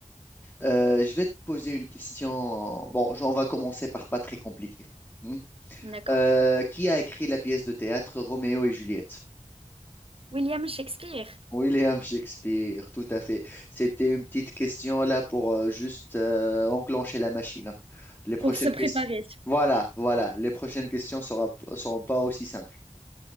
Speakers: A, on the left; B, on the right.
A: euh, je vais te poser une question. Bon, je- on va commencer par pas très compliqué. Hmm.
B: D'accord.
A: Euh, qui a écrit la pièce de théâtre Roméo et Juliette?
B: William Shakespeare,
A: William Shakespeare, tout à fait. C'était une petite question là pour euh, juste euh, enclencher la machine. Les prochaines
B: pour se préparer.
A: questions. Voilà, voilà. Les prochaines questions sera, seront pas aussi simples.